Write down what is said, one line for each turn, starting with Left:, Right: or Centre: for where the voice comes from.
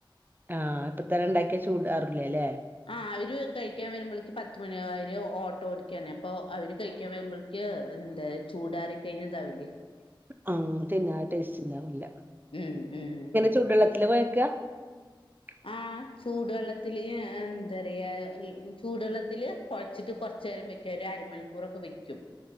Right: ആഹ് ഇപ്പൊത്തന്നെ ഉണ്ടാക്കിയാ ചൂടാറില്ലേ അല്ലേ
Left: ആ അവര് കഴിക്കാൻ വരുമ്പോഴേക്ക് പത്ത് മണിര് ഓട്ടോ ഓടിക്കണേ അപ്പൊ അവര് കഴിക്കാൻ വരുമ്പോക്ക് ക്ക് എന്താ ചൂടാര കഴിഞ്ഞതാവില്ലേ
Right: ആഹ് പിന്നെ ടേസ്റ്റ് ഉണ്ടാവില്ല.
Left: ഉം ഉം
Right: ചൂടുള്ളത്തില് പോയക്കുക <inaudible>
Left: ആഹ് ചൂടുവെള്ളത്തില് എന്താ പറയാുക ചൂടുവെള്ളത്തില്ൽ കുഴച്ചിട്ട് കുറച്ച നേരം പറ്റ ഒരു അര മണി കുറക്ക വയ്ക്കും